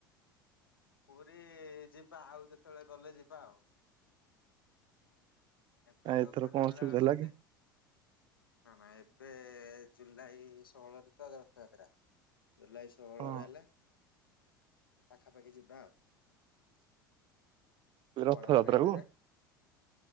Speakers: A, on the left (about 85°); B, on the right (about 45°).
A: ପୁରୀ ଯିବା ଆଉ ଯେତେବେଳେ ଗଲେ ଯିବା ଆଉ। ଏବେତ
B: ଏଥର
A: କହିଲା
B: କଣ
A: ଭଳିଆ
B: ଅସୁବିଧା
A: ଆଉ
B: ହେଲା
A: କେତେ
B: କି?
A: ନା ନା ଏବେ ଜୁଲାଇ ଷୋହଳରେ ତ ରଥଯାତ୍ରା। ଜୁଲାଇ ଷୋଳରେ
B: ହଁ
A: ହେଲା। ପାଖାପାଖି ଯିବା ଆଉ।
B: ରଥଯାତ୍ରା
A: ପଳେଇବା ଟ୍ରେନ
B: କୁ
A: ରେ।